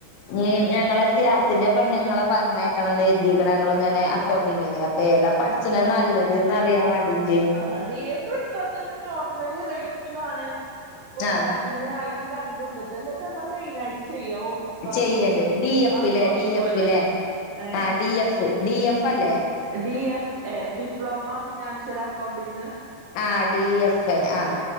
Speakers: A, on the left; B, on the right.
A: നീ ഞങ്ങളെ ഷിയാസിന്റെ പെണ്ണുങ്ങളെ പറഞ്ഞയക്കണംന്ന് കരുതി ഞങ്ങൾ ഇങ്ങനെ അക്കൗണ്ടിങ്ങിന് അപ്പൊ ഏതാ പഠിച്ച നല്ലതെന്ന് അറിയാൻ വേണ്ടീട്ട്
B: ആഹ് ഡി എഫ് എടുത്താൽ തന്നെ നോർമലി റേറ്റും ആണ് പോരാത്തിന്
A: ആ
B: അതില് രണ്ടും ഉണ്ട് ഇത് അല്ലേ ഇപ്പ നമ്മൾ മെയിനായിട്ട് ചെയ്യാ ഓഫീസ് വർക്കും
A: ചെയ്യണ്ട് ഡി എഫല്ലേ
B: അക്കൗണ്ടിങ്ങും
A: ഡി എഫല്ലേ
B: അല്ലേ ഏ
A: ആഹ് ഡി എഫ് ഡി എഫ് അല്ലേ
B: D F A diploma financial accounting
A: ആഹ് ഡി എഫ് ആഹ്